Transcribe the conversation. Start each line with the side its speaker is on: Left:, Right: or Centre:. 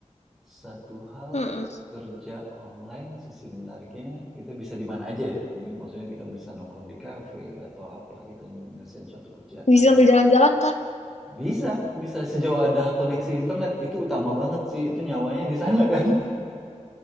Centre: Satu hal
Left: Mm-mm.
Centre: kerja online, sisi menariknya kita bisa di mana aja ya. Maksudnya kita bisa nongkrong di kafe atau apa, kita ngerasain suatu kerjaan.
Left: bisa sambil jalan-jalan kak
Centre: Bisa, bisa sejauh ada koneksi internet itu utama banget sih. Itu nyawanya di sana kan. <laughs>